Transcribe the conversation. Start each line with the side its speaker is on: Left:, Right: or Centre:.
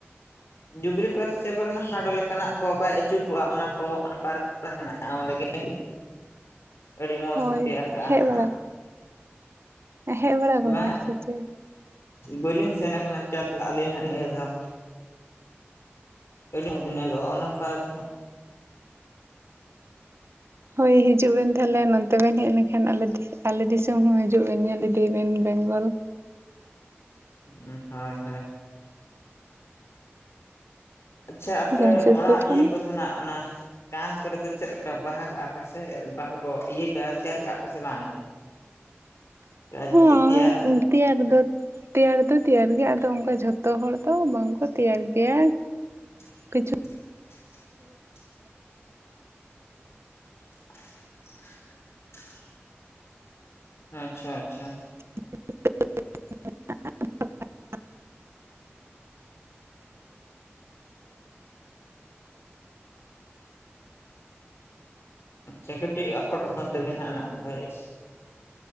Left: ᱡᱩᱵᱽᱞᱤ ᱯᱟᱨᱠ ᱥᱮ ᱪᱮᱫ ᱯᱟᱨᱠ ᱦᱮᱱᱟᱜᱼᱟ ᱦᱟᱸᱰᱚ ᱞᱮᱠᱟᱱᱟᱜ ᱠᱚ ᱵᱟᱭ ᱟᱹᱪᱩᱨ ᱠᱚᱜᱼᱟ ᱚᱱᱟ ᱠᱚ ᱚᱱᱟ ᱯᱟᱨᱠ ᱦᱮᱱᱟᱜᱼᱟ ᱚᱸᱰᱮᱜᱮ ᱟᱹᱰᱤ ᱢᱚᱡᱽ
Right: ᱦᱳᱭ
Left: ᱠᱚ ᱛᱮᱭᱟᱨ ᱠᱟᱜᱼᱟ᱾
Right: ᱦᱮᱡ ᱵᱟᱲᱟ ᱦᱮᱡ ᱵᱟᱲᱟ ᱟᱠᱟᱱᱟ
Left: ᱢᱟ
Right: ᱵᱮᱱ ᱥᱮ ᱪᱮᱫ
Left: ᱵᱟᱹᱞᱤᱧ ᱥᱮᱱ ᱠᱟᱱᱟ ᱪᱟᱞᱟᱜ ᱟᱹᱞᱤᱧ ᱦᱟᱜ ᱱᱤᱭᱟᱹ ᱫᱷᱟᱣ ᱟᱹᱰᱤ ᱢᱚᱡᱽ ᱧᱮᱞᱚᱜᱼᱟ ᱚᱱᱟ ᱯᱟᱨᱠ
Right: ᱦᱳᱭ ᱦᱤᱡᱩᱜ ᱵᱮᱱ ᱛᱟᱦᱞᱮ ᱱᱚᱛᱮ ᱵᱮᱱ ᱦᱮᱡ ᱞᱮᱱᱠᱷᱟᱱ ᱟᱞᱮᱴᱷᱮᱡ ᱟᱞᱮ ᱫᱤᱥᱚᱢ ᱦᱚᱸ ᱦᱤᱡᱩᱜ ᱵᱮᱱ ᱧᱮᱞ ᱤᱫᱤ ᱵᱮᱱ ᱵᱮᱝᱜᱚᱞ
Left: ᱦᱳᱭ ᱦᱳᱭ ᱟᱪᱪᱷᱟ ᱟᱯᱮ
Right: ᱡᱟᱢᱥᱮᱫᱽᱯᱩᱨ
Left: ᱚᱲᱟᱜ
Right: ᱠᱷᱚᱱ
Left: ᱤᱭᱟᱹ
Right: ᱫᱚ
Left: ᱠᱚ ᱛᱟᱦᱮᱱᱟ ᱚᱱᱟ ᱠᱟᱸᱛ ᱠᱚᱨᱮ ᱫᱚ ᱪᱮᱫ ᱞᱮᱠᱟ ᱵᱟᱦᱟ ᱠᱟᱜᱼᱟ ᱯᱮ ᱥᱮ ᱵᱟᱦᱟ ᱠᱚ ᱤᱭᱟᱹ ᱠᱟᱜᱼᱟ ᱛᱮᱭᱟᱨ ᱠᱟᱜᱼᱟ ᱯᱮ ᱥᱮ ᱵᱟᱝ
Right: <inaudible>
Left: ᱨᱟᱱ
Right: ᱦᱚᱸ
Left: ᱛᱤᱛᱤᱭᱟ
Right: ᱛᱮᱭᱟᱨ ᱫᱚ ᱛᱮᱭᱟᱨ ᱫᱚ ᱛᱮᱭᱟᱨ ᱜᱮᱭᱟ ᱟᱫᱚ ᱚᱱᱠᱟ ᱡᱷᱚᱛᱚ ᱦᱚᱲ ᱫᱚ ᱵᱟᱝ ᱠᱚ ᱛᱮᱭᱟᱨ ᱜᱮᱭᱟ᱾
Left: <inaudible>
Right: ᱠᱤᱪᱷᱩ
Left: <inaudible> ᱟᱪᱪᱷᱟ ᱟᱪᱪᱷᱟ
Right: <inaudible>
Left: ᱥᱮ ᱠᱟᱹᱴᱤᱡ ᱟᱠᱚᱴᱚᱜ ᱠᱟᱱ ᱛᱟᱵᱤᱱᱟ ᱚᱱᱟ ᱵᱷᱚᱭᱮᱥ